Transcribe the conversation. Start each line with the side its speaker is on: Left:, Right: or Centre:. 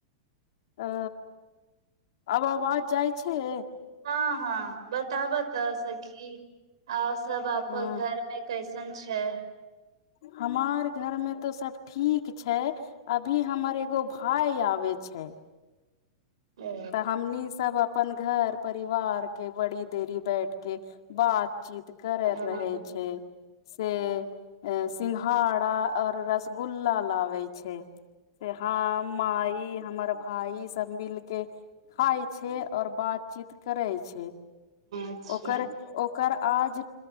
Left: आ आब बाज जाइ छै
Right: हँ हँ ब तबतऽ सखी आ सब आप
Left: ह
Right: घर मे कैसे पस छै
Left: हमार घरमे तऽ सभ ठीक छै अभी हमर एगो भाय आबै छै
Right: ओ
Left: तऽ हमनी सब अपन घर परिवार के बड़ी देरी बैठ के बातचीत कर
Right: हम्म,
Left: रहै छै से सिंघाड़ा और रसगुल्ला लाबे छै सेहाँ मइ हमर भाइ सब मिलके खाए छै और बातचीत करै छै <unintelligible>
Right: अच्छा
Left: ओकर ओकर आज